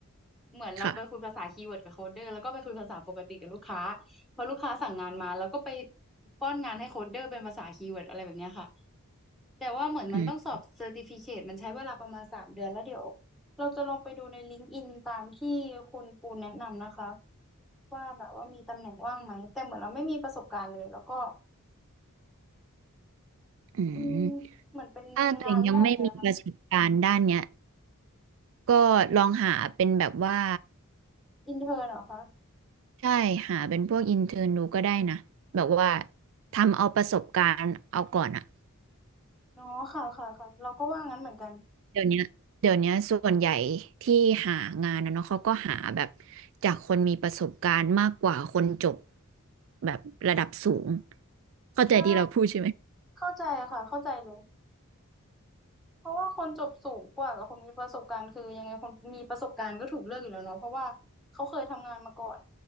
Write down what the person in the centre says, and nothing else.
เหมือนเราไปคุยภาษาคีย์เวิร์ดกับโคดเดอร์แล้วก็ไปคุยภาษาปกติกับลูกค้า
พอลูกค้าสั่งงานมาแล้วก็ไปป้อนงานให้โคดเดอร์เป็นภาษาคีย์เวิร์ดอะไรแบบเนี้ยค่ะแต่ว่าเหมือนมันต้องสอบเซอร์ติฟิเคตมันใช้เวลาประมาณสามเดือนแล้วเดี๋ยว
เราจะลองไปดูในลิงก์อินตามที่คุณปูนแนะนำนะคะว่าแบบว่ามีตำแหน่งว่างไหมแต่เหมือนเราไม่มีประสบการณ์เลยแล้วก็
อืมเหมือนเป็นงานแรกเลยอะค่ะ
อินเทอร์เหรอคะ
อ๋อค่ะค่ะค่ะเราก็ว่างั้นเหมือนกัน
ใช่เข้าใจค่ะเข้าใจเลยเพราะว่าคนจบสูงกว่ากับคนมีประสบการณ์คือยังไงคนมีประสบการณ์ก็ถูกเลือกอยู่แล้วเนาะเพราะว่าเขาเคยทำงานมาก่อน